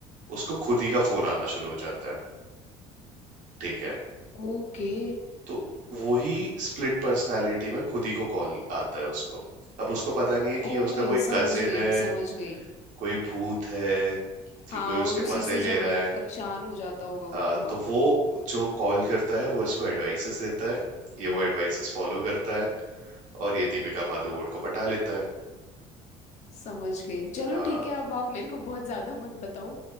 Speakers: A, on the right; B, on the left.
A: उसको खुद ही का फोन आना शुरू हो जाता है ठीक है
B: ओके
A: तो वही स्प्लिट पर्सनालिटी में खुद ही को कॉल आता है उसको अब उसको पता नहीं है कि
B: ओके
A: ये उसका कोई
B: समझ
A: कजिन
B: गई
A: है
B: समझ गई
A: कोई भूत है कि
B: हाँ
A: कोई उसके
B: और उसी
A: मजे
B: से
A: ले
B: जब
A: रहा है
B: परेशान हो जाता होगा वो
A: हाँ
B: बहुत
A: तो वो जो कॉल करता है वो इसको एडवाइसेस देता है ये वो एडवाइसेस फॉलो करता है और ये दीपिका पादुकोण को पटा लेता है
B: समझ गई चलो
A: हाँ
B: ठीक है अब आप मेरे को बहुत ज़्यादा मत बताओ